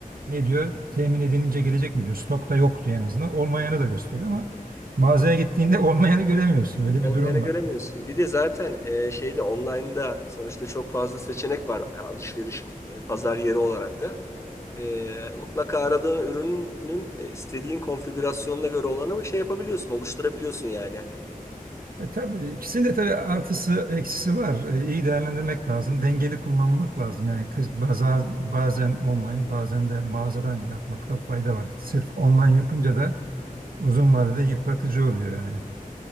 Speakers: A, on the right; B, on the left.
A: ne diyor? Temin edilince gelecek mi diyor. Stokta yok diyor en azından. Olmayanı da gösteriyor ama mağazaya gittiğinde <laughs> olmayanı göremiyorsun. Öyle
B: Olmayanı
A: bir durum
B: göremiyorsun.
A: var.
B: Bir de zaten e, şeyde online'da sonuçta çok fazla seçenek var alışveriş e, pazar yeri olarak da. E, mutlaka aradığın ürünün e, istediğin konfigürasyonuna göre olanı şey yapabiliyorsun, oluşturabiliyorsun yani.
A: E, tabii ikisinin de tabii artısı eksisi var. E, iyi değerlendirmek lazım. Dengeli kullanmak lazım. Yani kız- baza- bazen online bazen de mağazadan yapmakta fayda var. Sırf online yapınca da uzun vadede yıpratıcı oluyor yani.